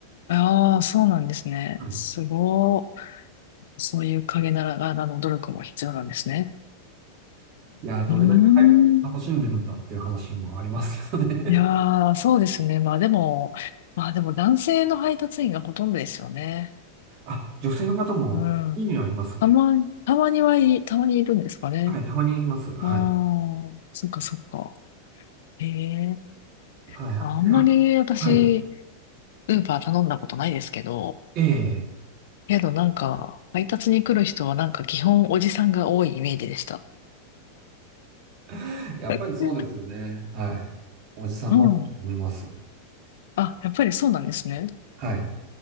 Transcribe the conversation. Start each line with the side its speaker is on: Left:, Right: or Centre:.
Left: ああ、そうなんですね。
Right: うん。
Left: すごいそういう陰ながらの努力も必要なんですね。
Right: いやー、どれだけ配達を楽しんでるんだっていう話もありますけどね。
Left: うーん。いやー、そうですね。まあでも、まあでも男性の配達員がほとんどですよね。
Right: <laughs> あ、女性の方も家にはいます。
Left: うん。たま、たまにはい、たまにいるんですかね。
Right: はい、たまにいます。はい。
Left: うーん。そっかそっか。ええ
Right: ただ、やっぱり、
Left: まあんまり私、
Right: あはい。
Left: ウーバー頼んだことないですけど、
Right: ええ
Left: けどなんか、配達に来る人はなんか基本おじさんが多いイメージでした。
Right: <laughs> やっぱりそうですよね。
Left: <laughs>
Right: はい。おじさんが多いと思います。
Left: うん。うんあ、やっぱりそうなんですね。
Right: はい。